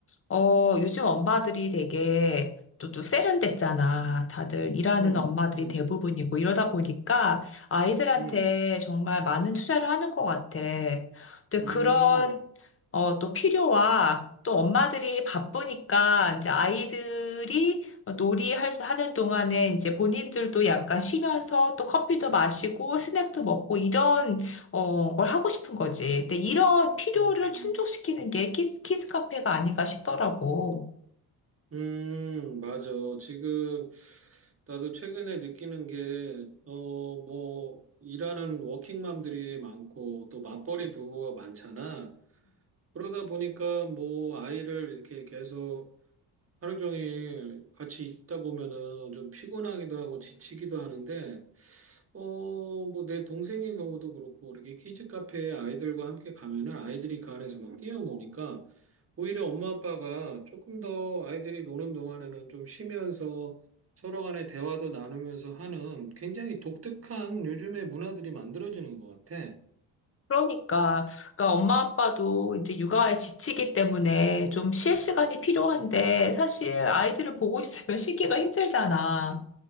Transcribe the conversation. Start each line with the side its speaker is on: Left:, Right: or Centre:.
Left: 어, 요즘 엄마들이 되게 또, 또 세련됐잖아. 다들 일하는
Right: 음,
Left: 엄마들이
Right: 음,
Left: 대부분이고 이러다 보니까 아이들한테
Right: 음,
Left: 정말 많은 투자를 하는 것 같아. 근데
Right: 음,
Left: 그런, 어, 또 필요와 또 엄마들이 바쁘니까 이제 아이들이 놀이할, 하는 동안에 이제 본인들도 약간 쉬면서 또 커피도 마시고 스낵도 먹고 이런 어, 뭘 하고 싶은 거지. 근데 이런 필요를
Right: 음.
Left: 충족시키는 게 키스, 키스 카페가 아닌가 싶더라고.
Right: 음, 맞아. 지금 나도 최근에 느끼는 게, 어, 뭐, 일하는 워킹맘들이 많고, 또 맞벌이 부부가 많잖아. 그러다 보니까 뭐, 아이를 이렇게 계속 하루 종일 같이 있다 보면은 좀 피곤하기도 하고 지치기도 하는데, 어, 뭐 내 동생의 경우도 그렇고, 이렇게 키즈 카페에 아이들과 함께 가면은 아이들이 그 안에서 막 뛰어노니까, 오히려 엄마 아빠가 조금 더 아이들이 노는 동안에는 좀 쉬면서 서로 간의 대화도 나누면서 하는 굉장히 독특한 요즘의 문화들이 만들어지는 것 같아.
Left: 그러니까, 그러니까 엄마 아빠도 이제 육아에 지치기 때문에 좀 쉴 시간이 필요한데 사실 아이들을 보고 있으면 <laughs> 쉬기가 힘들잖아.